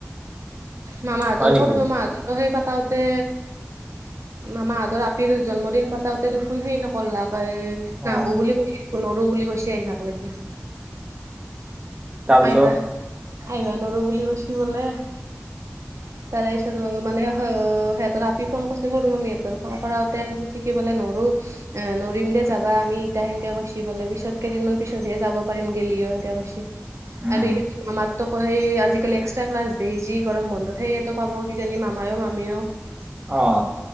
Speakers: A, on the right (about 85°); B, on the right (about 25°).
A: মামাহঁতৰ,
B: হয় নেকি
A: সৰু মামাহঁতৰ সেই পাতাওঁতে। মামাহঁতৰ আপিৰ জন্মদিন পতাওঁতে দেখোন হেৰি নকলাক এ।
B: অ
A: নাহোঁ বুলি কৈছে, নৰোঁ বুলি কৈছে, আহিবাক লাগি।
B: তাৰপিছত
A: আইবা, আইবা নৰোঁ বুলি কচ্চি ব'লে। তাৰেপিছত মানে, সিহঁতৰ আপি ফোন কৰিছিল, সৰু মামী সিহঁতৰ ফোন কৰাতে শিকিবলৈ নৰোঁ। এ নৰিম দে যাবা আমি, ইতা সেনকে কচ্ছি বলে। পিছত, কেইদিনমান পিছতহে যাবা পাৰিম গেলিও সেনকে কচ্ছি।
B: উম
A: আৰু এই যে তুমি আমাৰ। ত সেই আজিকালি এক্সট্ৰা ক্লাছ, যি গৰম বন্ধত সেইয়া পাব কিজানি মামায়ে-মামিও। কোনো শব্দ পোৱা নগ'ল।
B: অঁ।